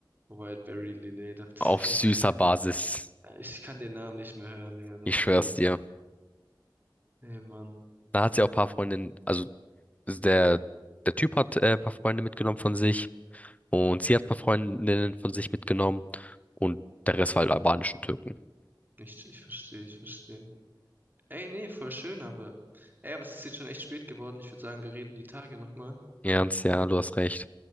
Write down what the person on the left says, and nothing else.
<laughs>
Auf
süßer
Basis.
Ich
schwör's
dir.
Da hat sie auch ein paar Freundinnen, also der, der Typ hat äh, ein paar Freunde mitgenommen von sich. Und sie hat ein paar Freundinnen von sich mitgenommen. Und der Rest war halt albanischen Türken.
Ernst, ja, du hast recht.